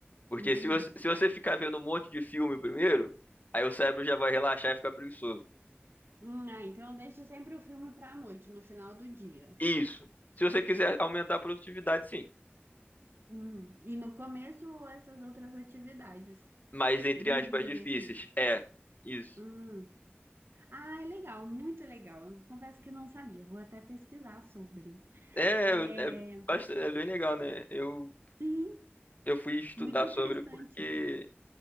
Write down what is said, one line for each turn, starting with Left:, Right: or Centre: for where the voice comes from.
Left: Porque
Right: entendi.
Left: se você, se você ficar vendo um monte de filme primeiro, aí o cérebro já vai relaxar e ficar preguiçoso.
Right: Hum, ah, então eu deixo sempre o filme para a noite, no final do dia.
Left: Isso. Se você quiser aumentar a produtividade, sim.
Right: Hum, e no começo, essas outras atividades.
Left: mais, entre
Right: Livro,
Left: aspas,
Right: exercício.
Left: difíceis. É, isso.
Right: Hum. Ah, é legal, muito legal. Eu confesso que não sabia, vou até pesquisar sobre.
Left: É,
Right: É,
Left: é, bastante, é bem legal, né? Eu,
Right: sim,
Left: eu fui estudar
Right: muito interessante.
Left: sobre porque.